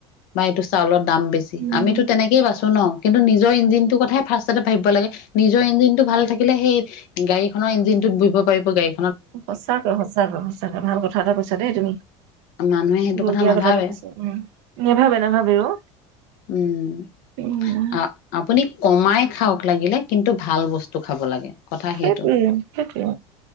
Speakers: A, on the left; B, on the right.
A: বা এইটো চাউলৰ দাম বেছি
B: উম।
A: আমিতো তেনেকে বাছোঁ ন। কিন্তু নিজৰ ইঞ্জিনটোৰ কথাই ফাৰ্ষ্টতে ভাবিব লাগে। নিজৰ ইঞ্জিনটো ভালে থাকিলে সেই গাড়ীখনৰ ইঞ্জিনটোত বহিব পাৰিব। গাড়ী
B: সঁচাকে, সঁচাকে, সঁচাকে। ভাল কথা এটা কৈছা দেই তুমি।
A: মানুহে সেইটো
B: বৰ্হিয়া
A: নাভাবে
B: কথা এটা কৈছা ।উ নাভাবে নাভাবে। অ
A: উম
B: উম
A: আ আপুনি কমাই খাওক লাগিলে কিন্তু ভাল বস্তু খাব লাগে। কথা সেইটো।
B: সেইটোয়ে সেইটোয়ে